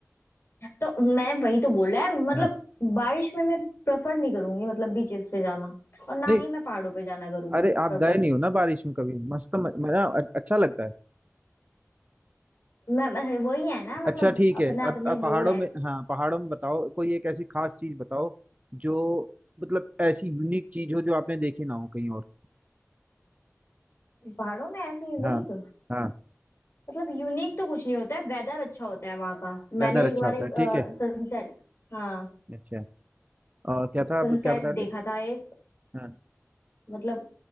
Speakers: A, on the left; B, on the right.
A: तो मैंने वही तो बोला है मतलब
B: हाँ।
A: बारिश में मैं प्रेफर नहीं करूंगी मतलब बीचेस पे जाना और ना
B: नहीं
A: ही मैं पहाड़ों पे जाना करूंगी
B: अरे आप
A: प्रेफर
B: गए नहीं हो ना बारिश में कभी मस्त म- मजा अच्छा लगता है
A: मैं मैं- वही है ना मतलब
B: अच्छा ठीक
A: अपना
B: है
A: अपने
B: अब अब पहाड़ों
A: वो है
B: में हाँ पहाड़ों में बताओ कोई एक ऐसी खास चीज बताओ जो मतलब ऐसी यूनिक चीज हो जो आपने देखी ना हो कहीं और
A: पहाड़ों में ऐसे यूनिक
B: हाँ हाँ
A: मतलब यूनिक तो कुछ नहीं होता है वेदर अच्छा होता है वहां का
B: वेदर
A: मैंने
B: अच्छा
A: एक बार
B: होता
A: एक
B: है ठीक है
A: सनसेट हाँ
B: अच्छा और क्या था
A: सनसेट
B: आप क्या बता रहे
A: देखा
B: थे
A: था एक
B: हाँ
A: मतलब